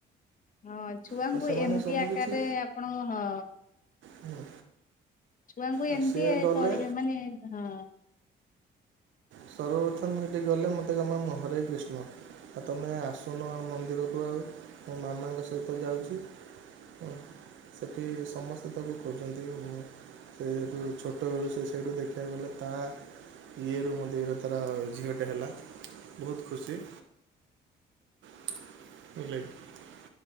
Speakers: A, on the left; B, on the right.
A: ହଁ ଛୁଆଙ୍କୁ
B: ତ ସେମାନେ
A: ଏମିତି
B: ସବୁ
A: ଆକାରରେ
B: କିଛି
A: ଆପଣ ହଁ।
B: ହୁଁ
A: ଛୁଆଙ୍କୁ ଏମିତି
B: ଆଉ ସିଏ ଗଲେ
A: କର ମାନେ ହଁ।
B: ସର୍ବପ୍ରଥମ ମୁଁ ସେଇଠି ଗଲେ ମୋତେ କହେ ମାମୁଁ ହରେ କୃଷ୍ଣ। ଆଉ ତୁମେ ଆସୁନ ଆ ମନ୍ଦିରକୁ ଆଉ ମୋ ମାମାଙ୍କ ସହିତ ଯାଉଛି। ହଁ ସେଠି ସମସ୍ତେ ତାକୁ ଖହୁଛନ୍ତି ସେ ଛୋଟବେଳୁ ସେ ସେଇଠୁ ଦେଖିବାକୁ ଗଲେ ତା ଇଏରୁ ମଧ୍ୟ ଦୁଇଟା ତାର ଝିଅଟେ ହେଲା ବହୁତ ଖୁସି। ବିଲେଇ।